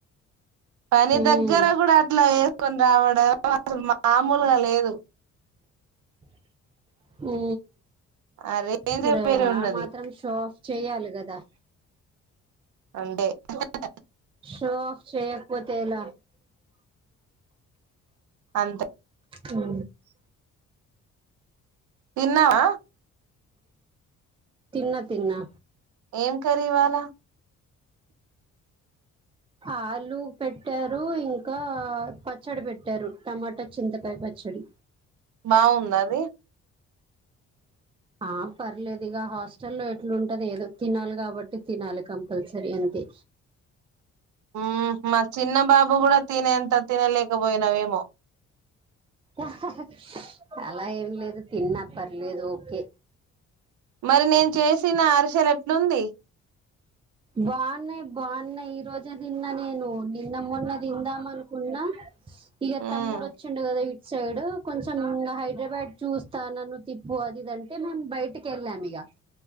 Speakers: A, on the right; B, on the right.
A: పని
B: ఉమ్
A: దగ్గర కూడా అట్లా యే కోని రావడం అసలు మామూలుగా లేదు
B: <inaudible> ఉ
A: ఆ రేంజే
B: ప్రే
A: వేరే ఉన్నది
B: ఆ మాత్రం షో చేయాలి కదా
A: అంతే హహహ
B: షో ఆఫ్ చేయకపోతే ఎలా
A: అంతే
B: ఉ
A: తిన్నావా
B: తిన్నా తిన్నా
A: ఏం కర్రీ ఇవాళ <inaudible>
B: ఆలు పెట్టారు ఇంకా పచ్చడి పెట్టారు టమాటా చింతకాయ్ ప పచ్చడి
A: బాగుందా అది
B: ఆ పర్లేదు ఇక హాస్టల్ల్లో ఎట్లా ఉంటది ఏదో తినాలి కాబట్టి తినాలి కంపల్సరీ అన్ తే
A: ఉ మా చిన్న బాబు కూడా తినేంత తినలేకపోయినావేమో.
B: ఆహాహా అలా ఏం లేదు తిన్న పర్లేదు ఓకే
A: మరి నేను చేసిన అరిసెలు ఎట్లుంది
B: బాన్నాయ్ బాన్నాయి ఈ రోజే తిన్నా నేను, నిన్న మొన్న తిందాం అనుకున్నా ఇగ
A: మ్మ్
B: తమ్ముడు వచ్చిండు కదా ఇ సైడు కొంచెం హైదరాబాద్ చూస్తా నన్ను తిప్పు అది ఇది అంటే మేము బయటకి వెళ్ళాం ఇగా.